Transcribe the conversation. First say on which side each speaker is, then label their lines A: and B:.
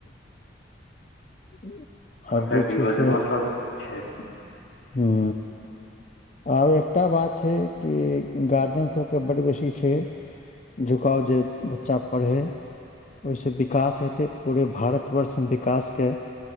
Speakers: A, on the left; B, on the left.
A: <inaudible>
B: कतेक योजना
A: छै से
B: सभ छै।
A: हुं आब एकटा बात छै कि गार्जियन सभके बड्ड बेसी छै झुकाव जे बच्चा पढ़य। ओइसँ विकास हेतै पूरे भारतवर्षमे विकास के